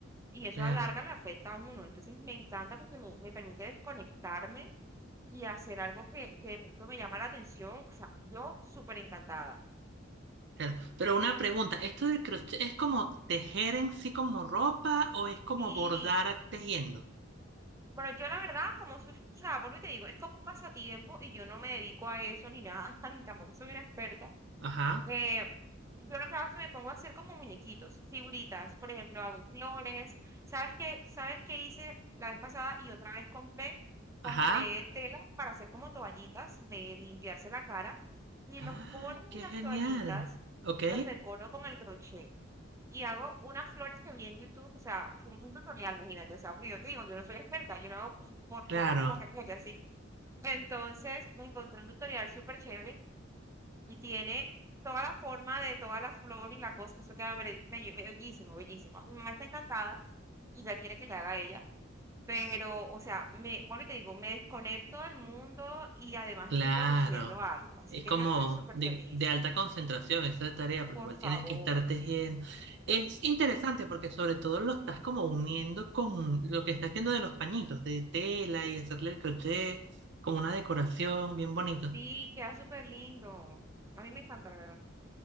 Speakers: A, on the right; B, on the right.
A: Y eso
B: Claro,
A: a la larga le afecta a uno. Entonces me encanta porque me, me permite desconectarme y hacer algo que, que de pronto me llama la atención. O sea, yo súper encantada.
B: claro. Pero una pregunta, ¿esto del crochet es como tejer en sí como ropa o es como
A: Sí,
B: bordar tejiendo?
A: Bueno, yo la verdad, como soy, o sea, por lo que te digo, es como un pasatiempo y yo no me dedico a eso ni nada, <laughs> ni tampoco soy una experta.
B: Ajá,
A: Eh, yo lo que hago es que me pongo a hacer como muñequitos, figuritas, por ejemplo, hago flores. ¿Sabes qué? ¿Sabes qué hice la vez pasada y otra vez compré? Compré
B: ajá.
A: tela para hacer como toallitas de limpiarse la cara y
B: ¡Ay,
A: los bordes
B: qué
A: de las
B: genial!
A: toallitas
B: ¿Ok?
A: los decoro con el crochet y hago unas flores que vi en YouTube, o sea, fue un un tutorial, imagínate, o sea, porque yo te digo, yo no soy experta, yo lo hago por, su- por, por,
B: Claro,
A: por recocha, ¿sí? Entonces me encontré un tutorial súper chévere y tiene toda la forma de toda la flor y la cosa, eso queda bre- bello- bellísimo, bellísimo. Mi mamá está encantada y ya quiere que le haga a ella, pero, o sea, me, bueno, y te digo, me desconecto del mundo y además
B: claro.
A: estoy produciendo algo, así
B: Es
A: que
B: como
A: yo estoy súper
B: de,
A: feliz.
B: de alta concentración esa tarea, porque
A: Por
B: igual
A: favor.
B: tienes que estar tejiendo. Es interesante porque sobre todo lo estás como uniendo con lo que estás haciendo de los pañitos, de tela y hacerle el crochet como una decoración bien bonito.
A: Sí, queda súper lindo. A mí me encanta, la verdad.